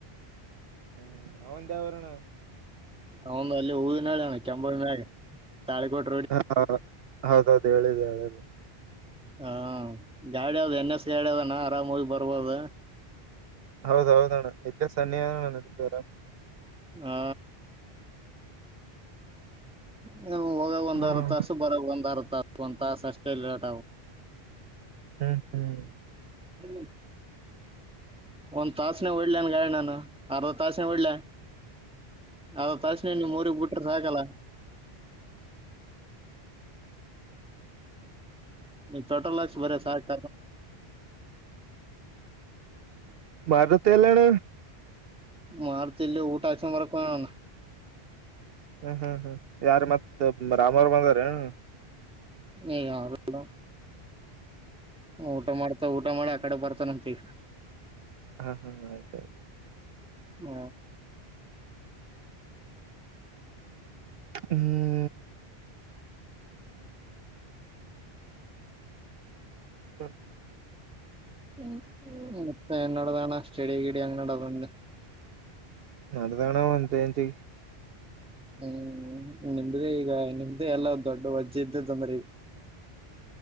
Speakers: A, on the right; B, in the centre.
A: ಹ್ಮ ಅವಂದ ಯಾವೂರ್ ಅಣ್ಣಾ
B: ಅವಂದು ಅಲ್ಲಿ ಹೂವಿನಳಿ ಕೆಂಬೊ ಮ್ಯಾಗ ತಾಳಿ ಕೊಟಿ
A: ಹ ಹೌದ ಹೌದು ಹೇಳಿದೆ ಹೇಳಿದ
B: ಹಾ ಗಾಡಿ ಅವ್ದ ಎನ್ ಎಸ್ ಗಾಡಿ ಅದನ ಆರಾಮೋಗಿ ಬರ್ಬೋದು
A: ಹೌದ ಹೌದಣ್ಣ ಇಲ್ಲೇ ಸನ್ನಿ ನಡತಾರ
B: ಹಾ ನೀ ಹೋಗಾಗ ಒಂದ್
A: ಹ್ಮ್
B: ಅರ್ಧ ತಾಸು ಬರಾಗ ಒಂದ್ ಅರ್ಧ ತಾಸು ಒಂದ ತಾಸು ಅಷ್ಟೇ ಲೇಟ್
A: ಹ್ಮ್
B: <unintelligible> ಒಂದ್ ತಾಸನಾಗ ಹೊಡ್ಲನ್ ಗಾಡಿ ನಾನು ಅರ್ದ ತಾಸನಾಗ ಹೊಡ್ಲಾ ಅರ್ದ ತಾಸ್ ನ್ಯಾ ನೀಮ್ಮಊರಿಗೆಗ್ ಬಿಟ್ಟ್ರ ಸಾಕಲ್ಲ ಟೋಟಲ ಲಕ್ಷ ಬರೆ ಸಾಕ
A: ಮಾರದತ ಎಲ್ಲಣ
B: ಮಾರುತಿ ಇಲ್ಲಿ ಊಟ ಹಾಕಿಸಿಕೊಂಡ ಬರಕ್ ಹೋಗ್ಯಾನ
A: ಹ್ಮ್ ಹ್ಮ್ ಹ್ಮ್ ಯಾರ ಮತ್ ರಾಮನ್ ಬಂದಾರ ಎನ್
B: ಏ ಯಾರಿಲ್ಲೋ ಊಟ ಮಾಡ್ತಾ ಊಟ ಮಾಡಿ ಆಕಡೆ ಬರ್ತಾನಂತ ಈಗ್
A: ಹಾ ಹಾ ಆಯ್ತು
B: ಹ್ಮ
A: ಹ್ಮ್ ಹ್ಮ
B: ಹ್ಮ ಮತ್ತ ಎನಡದಣ್ಣ ಸ್ಟಡಿ ಗಿಡಿ ಹೆಂಗ್ ನಡೆದ ಅಂದೆ
A: ನಡೆದ ಅಣ್ಣ ಒಂದ ರೇಂಜಿಗೆ
B: ಹ್ಮ್ ನಿಮ್ದೇ ಈಗ ನಿಮ್ದೇ ಎಲ್ಲ ದೊಡ್ಡ ವಜ್ಜೆ ಇದ್ದದ್ದಂರ